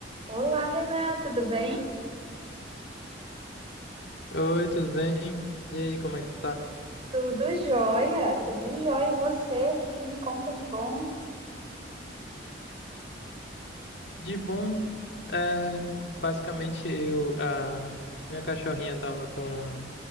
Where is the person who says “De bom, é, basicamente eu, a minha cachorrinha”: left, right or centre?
Left